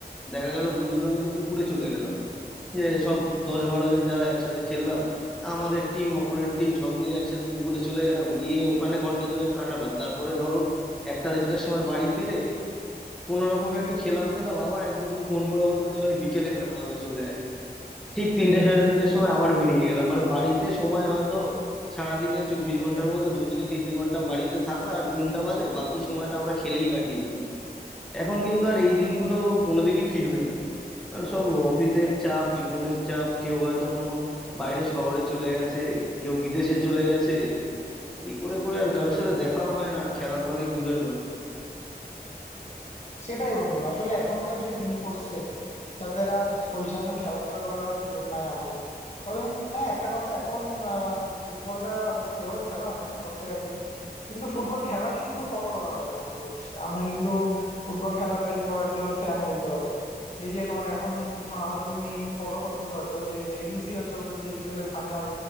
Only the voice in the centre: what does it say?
দেখা গেল বন্ধুরা মিলে পুকুরে চলে গেলাম যে সব দশ বারো জন যারা একসাথে খেললাম আমাদের টিম অপোনেন্ট টিম সব মিলে একসাথে পুকুরে চলে গেলাম গিয়ে ওখানে ঘন্টা দুয়েক কাটালাম তারপরে ধরো একটা দেড়টার সময় বাড়ি ফিরে কোনো রকমে একটু খেলাম দিলাম আবার এক বন্ধু ফোন করে বললো যে ভাই বিকেলে খেলা হবে চলে আয় ঠিক তিনটে সাড়ে তিনটের সময় আবার বেরিয়ে গেলাম মানে বাড়িতে সময় হয়তো সারাদিনে চব্বিশ ঘন্টার মধ্যে দু থেকে তিনটে ঘন্টা বাড়িতে থাকা আর ঘুমটা বাদে বাকি সময়টা আমরা খেলেই কাটিয়ে দিতাম এখন কিন্তু আর এই দিনগুলো কোনোদিনই ফিরবে না কারণ সব অফিসের চাপ জীবনের চাপ কেউ হয়তো কোনো বাইরের শহরে চলে গেছে কেউ বিদেশে চলে গেছে এই করে করে আর কারোর সাথে দেখাও হয় না আর খেলা তো অনেক দূরের কথা